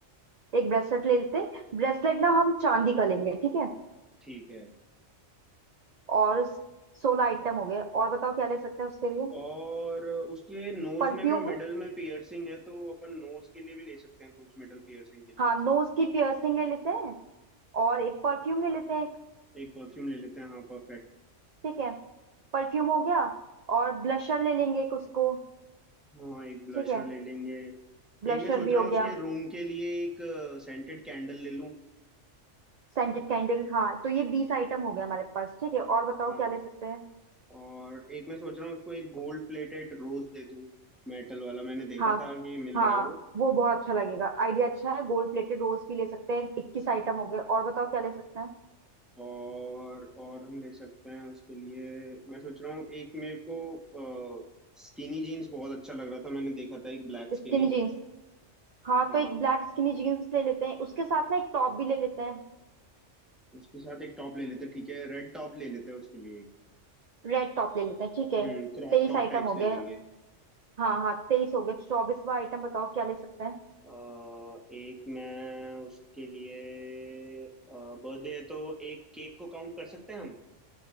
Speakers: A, on the right; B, in the centre.
A: एक ब्रेसलेट ले लेते हैं ब्रेसलेट ना हम चांदी का लेंगे ठीक है
B: ठीक है
A: और सोलह आइटम हो गए और बताओ क्या ले सकते हैं उसके लिए
B: और उसके नोज
A: परफ्यूम
B: में भी मिडल में पियर्सिंग है तो अपन नोज के लिए भी ले सकते हैं कुछ मिडल पियर्सिंग के लिए
A: हाँ नोज की पियर्सिंग ले लेते हैं और एक परफ्यूम ले लेते हैं एक,
B: एक परफ्यूम ले लेते हैं हाँ परफेक्ट
A: ठीक है परफ्यूम हो गया और ब्लशर ले लेंगे एक उसको
B: हाँ एक ब्लशर
A: ठीक है
B: ले लेंगे
A: ब्लशर
B: एक मैं सोच
A: भी
B: रहा
A: हो
B: हूँ
A: गया
B: उसके रूम के लिए एक सेंटेड कैंडल ले लूँ
A: सेंटेड कैंडल हाँ तो ये बीस आइटम हो गया हमारे पास ठीक है और बताओ
B: हाँ
A: क्या ले सकते हैं
B: और एक मैं सोच रहा हूँ उसको एक गोल्ड प्लेटेड रोज दे दूँ मेटल वाला मैंने देखा
A: हाँ
B: था कि मिल
A: हाँ
B: रहा है वो
A: वो बहुत अच्छा लगेगा आइडिया अच्छा है गोल्ड प्लेटेड रोज भी ले सकते हैं इक्कीस आइटम हो गए और बताओ क्या ले सकते हैं
B: और और हम ले सकते हैं उसके लिए मैं सोच रहा हूँ एक मेरे को स्किनी जीन्स बहुत अच्छा लग रहा था मैंने देखा था एक ब्लैक स्किनी
A: स्किनी जीन्स हाँ
B: हाँ
A: तो एक ब्लैक स्किनी जीन्स ले लेते हैं उसके साथ ना एक टॉप भी ले लेते हैं
B: उसके साथ एक टॉप ले लेते ठीक है रेड टॉप ले लेते हैं उसके लिए एक
A: रेड टॉप ले लेते हैं ठीक है
B: हम्म क्रॉप
A: तेईस
B: टॉप
A: आइटम
B: टाइप
A: हो
B: से
A: गए
B: ले लेंगे
A: हाँ हाँ तेईस हो गए चौबीसवा आइटम बताओ क्या ले सकते हैं
B: अ, एक मैं उसके लिए बर्थडे है तो एक केक को काउंट कर सकते हैं हम